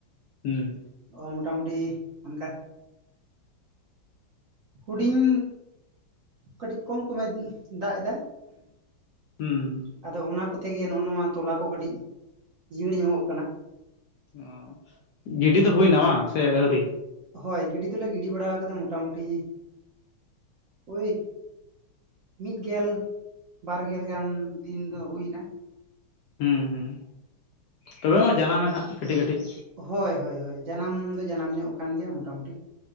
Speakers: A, on the left; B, on the right.
A: ᱦᱩᱸ।
B: ᱚ ᱢᱚᱴᱟᱢᱩᱴᱤ ᱚᱱᱠᱟ ᱦᱩᱰᱤᱧ ᱠᱟᱹᱴᱤᱡ ᱠᱚᱢ ᱠᱚᱢᱮ ᱫᱟᱜ ᱮᱫᱟᱭ ᱾
A: ᱦᱩᱸ ᱦᱩ
B: ᱟᱫᱚ ᱚᱱᱟ ᱠᱚᱛᱮ ᱜᱮ ᱱᱚᱜᱼᱚ ᱱᱚᱣᱟ ᱛᱚᱞᱟ ᱠᱚ ᱠᱟᱹᱴᱤᱡ ᱡᱤᱭᱟᱹᱲ ᱧᱚᱜᱚᱜ ᱠᱟᱱᱟ।
A: ᱚ ᱜᱤᱰᱤ ᱫᱚ ᱦᱩᱭᱱᱟ ᱵᱟᱝ ᱥᱮ ᱟᱹᱣᱨᱤ?
B: ᱦᱳᱭ ᱜᱤᱰᱤ ᱫᱚᱞᱮ ᱜᱤᱰᱤ ᱵᱟᱲᱟ ᱠᱟᱫᱟ ᱢᱳᱚᱴᱟᱢᱩᱴᱤ ᱳᱭ ᱢᱤᱫ ᱜᱮᱞ ᱵᱟᱨ ᱜᱮᱞ ᱜᱟᱱ ᱫᱤᱱ ᱫᱚ ᱦᱩᱭ ᱮᱱᱟ।
A: ᱦᱩᱸ ᱦᱩᱸ ᱛᱚᱵᱮ ᱢᱟ ᱡᱟᱱᱟᱢᱮᱱ ᱦᱟᱸᱜ ᱠᱟᱹᱴᱤᱡ ᱠᱟᱹᱴᱤᱡ।
B: ᱦᱳᱭ ᱦᱳᱭ ᱦᱳᱭ ᱡᱟᱱᱟᱢ ᱫᱚ ᱡᱟᱱᱟᱢ ᱧᱚᱜ ᱟᱠᱟᱱ ᱜᱮᱭᱟ ᱢᱚᱴᱟᱢᱩᱴᱤ